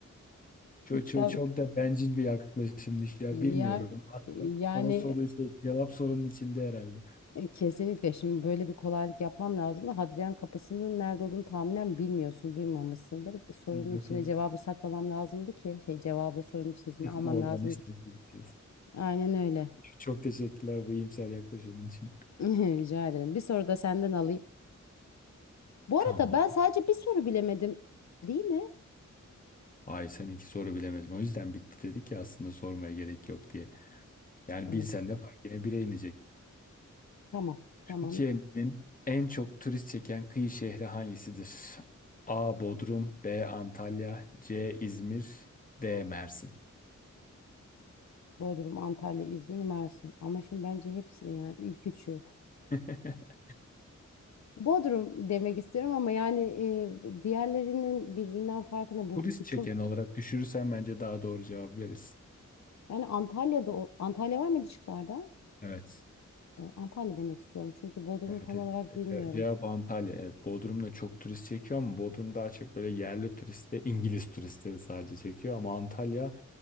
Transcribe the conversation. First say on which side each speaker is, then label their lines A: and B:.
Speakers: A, on the left (about 25°); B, on the left (about 60°).
A: Çok, çok,
B: Tabii.
A: çok da bencil bir yaklaşımmış ya. Bilmiyorum.
B: Ya,
A: Attım.
B: yani
A: Ama soru şey, cevap sorunun içinde herhalde.
B: e, kesinlikle şimdi böyle bir kolaylık yapmam lazım da Hadrian kapısının nerede olduğunu tahminen bilmiyorsun, duymamışsındır. Sorunun
A: Evet,
B: içine
A: evet.
B: cevabı saklamam lazımdı ki şey cevabı sorunun içine almam
A: Oradan
B: lazımdı
A: işte
B: ki.
A: gidiyoruz.
B: Aynen öyle.
A: Çok teşekkürler bu iyimser yaklaşımın için.
B: <laughs> Rica ederim. Bir soru da senden alayım. Bu
A: Tamam.
B: arada ben sadece bir soru bilemedim. Değil mi?
A: Ay sen iki soru bilemedin. O yüzden bitti dedik ya aslında sormaya gerek yok diye. Yani
B: Hmm,
A: bilsen de fark yine bire inecek.
B: Tamam. Tamam.
A: Türkiye'nin en çok turist çeken kıyı şehri hangisidir? A. Bodrum B. Antalya C. İzmir D. Mersin
B: Bodrum, Antalya, İzmir, Mersin. Ama şimdi bence hepsi yani ilk üçü.
A: <laughs>
B: Bodrum demek istiyorum ama yani e, diğerlerinin birbirinden farkı ne? Bu
A: Turist
B: bu
A: çeken
B: çok
A: olarak düşürürsen bence daha doğru cevap verirsin.
B: yani Antalya'da o- Antalya var mıydı şıklarda?
A: Evet.
B: E, Antalya demek istiyorum. Çünkü Bodrum'u
A: Evet,
B: tam
A: evet.
B: olarak bilmiyorum.
A: Ce- Cevap Antalya. Evet, Bodrum'da çok turist çekiyor ama Bodrum daha çok böyle yerli turist ve İngiliz turistleri sadece çekiyor. Ama Antalya